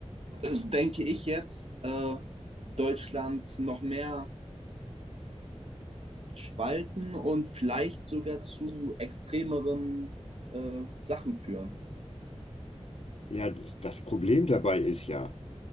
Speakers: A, on the right; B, on the left.
A: also denke ich jetzt, äh, Deutschland noch mehr spalten und vielleicht sogar zu extremeren äh, Sachen führen.
B: Ja, das das Problem dabei ist ja,